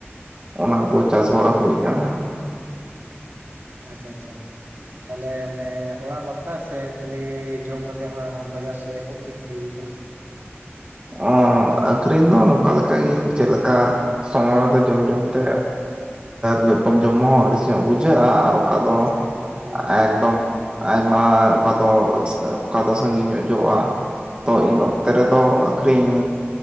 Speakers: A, on the right (about 25°); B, on the right (about 65°).
A: ᱚᱱᱟ ᱠᱚ
B: ᱦᱳᱭ
A: ᱪᱟᱥ ᱵᱟᱲᱟ ᱦᱩᱭ ᱠᱟᱱᱟ
B: ᱩᱸ ᱟᱪᱷᱟ ᱟᱪᱷᱟ ᱛᱟᱦᱚᱸ ᱞᱮ ᱢᱟᱱᱮ ᱚᱲᱟᱜ ᱵᱟᱠᱷᱨᱟ ᱥᱮ ᱠᱷᱟᱞᱤ ᱡᱚᱢ ᱠᱟᱛᱮᱜ ᱦᱚᱸ ᱾ ᱟᱨ ᱦᱚᱸ ᱵᱟᱡᱟᱨ ᱥᱮᱜ ᱟᱠᱷᱨᱤᱧ ᱤᱫᱤ ᱦᱩᱭᱩᱜ ᱠᱟᱱᱟ?
A: ᱚᱸᱻ ᱟᱹᱠᱷᱨᱤᱧ ᱫᱚ ᱱᱚᱝᱠᱟ ᱞᱮᱠᱟ ᱜᱤ ᱪᱮᱜ ᱞᱮᱠᱟ ᱥᱚᱢᱚᱭ ᱨᱮᱫᱚ ᱡᱚᱢ ᱡᱚᱢᱛᱮ ᱢᱤᱫ ᱨᱚᱠᱚᱢ ᱡᱚᱢ ᱦᱚᱸ ᱟᱹᱲᱤᱥ ᱧᱚᱜ ᱵᱩᱡᱷᱟᱹᱜᱼᱟ ᱟᱨ ᱚᱠᱟ
B: ᱟᱪᱪᱷᱟ
A: ᱫᱚ
B: ᱟᱪᱪᱷᱟ ᱵᱟᱠᱷᱟᱡ
A: ᱮᱠᱫᱚᱢ
B: ᱫᱚ
A: ᱟᱭᱢᱟ ᱚᱠᱟ ᱫᱚ ᱚᱠᱟ ᱫᱚ ᱥᱟᱺᱜᱤᱧ ᱡᱚᱜᱼᱟ ᱛᱚ ᱤᱱ ᱚᱠᱛᱮ ᱨᱮᱫᱚ ᱟᱠᱷᱨᱤᱧ